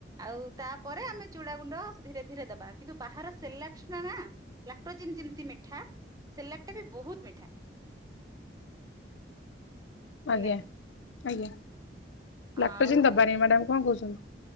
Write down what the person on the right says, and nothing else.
ଆଉ ତାପରେ ଆମେ ଚୁଡ଼ା ଗୁଣ୍ଡ ଧୀରେ ଧୀରେ ଦବା। କିନ୍ତୁ ବାହାର ସେରେଲାକ୍ସ ନା ଲାକ୍ଟୋଜିନ୍ ଯେମିତି ମିଠା, ସେରେଲାକ୍ ଟା ବି ବହୁତୁ ମିଠା। ହେଲା
କି
ଆଉ